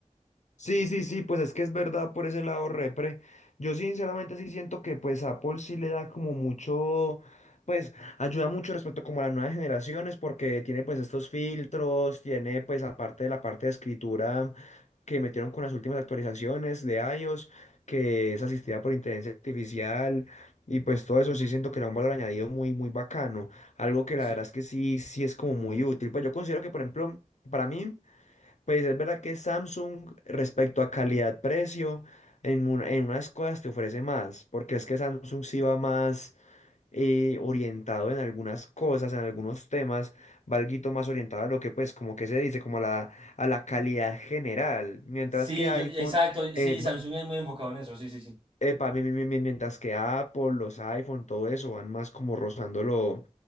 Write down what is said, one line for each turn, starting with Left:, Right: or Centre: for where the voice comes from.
Left: Sí, sí, sí, pues es que es verdad por ese lado repre. Yo sinceramente sí siento que pues Apple sí le da como mucho, pues ayuda mucho respecto como a las nuevas generaciones porque tiene pues estos filtros, tiene pues aparte de la parte de escritura que metieron con las últimas actualizaciones de iOS, que es asistida por inteligencia artificial y pues todo eso
Right: Ujú.
Left: sí siento que le da un valor añadido muy, muy bacano. Algo que
Right: Sí.
Left: la verdad es que sí, sí es como muy útil. Pues yo considero que por ejemplo, para mí... Pues es verdad que Samsung respecto a calidad-precio en, un- en unas cosas te ofrece más, porque es que Samsung sí va más eh, orientado en algunas cosas, en algunos temas, va alguito más orientado a lo que pues como que se dice, como a la, a la calidad general, mientras
Right: Sí,
Left: que iPhone
Right: yo, exacto,
Left: eh,
Right: sí, Samsung es muy enfocado en eso, sí, sí, sí.
Left: Epa, mi- mi- mi- mientras que Apple, los iPhone, todo eso van más como rozándolo